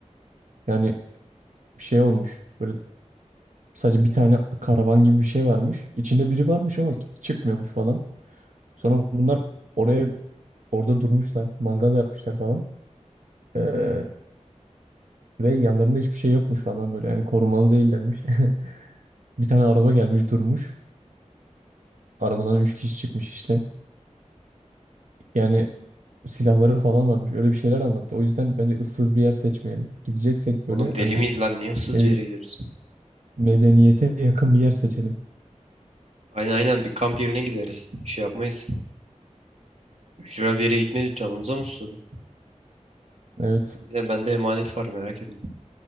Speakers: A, on the right (about 80°); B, on the right (about 60°).
A: Yani bir şey olmuş. Böyle sadece bir tane karavan gibi bir şey varmış. İçinde biri varmış ama çıkmıyormuş falan. Sonra bunlar oraya orada durmuşlar. Mangal yapmışlar falan. Ee, ve yanlarında hiçbir şey yokmuş falan böyle. Yani korumalı değillermiş. <laughs> Bir tane araba gelmiş durmuş. Arabadan üç kişi çıkmış işte. Yani silahları falan varmış. Öyle bir şeyler anlattı. O yüzden bence ıssız bir yer seçmeyelim. Gideceksek
B: Oğlum
A: böyle
B: deli
A: hani
B: miyiz lan? Niye hırsız
A: Ne bileyim.
B: bir yere gidiyoruz?
A: Medeniyete yakın bir yer seçelim.
B: Aynen aynen bir kamp yerine gideriz. Şey yapmayız. Ücra bir yere gitmeyiz. Canımıza mı susadık?
A: Evet.
B: Bir de bende emanet var merak etme.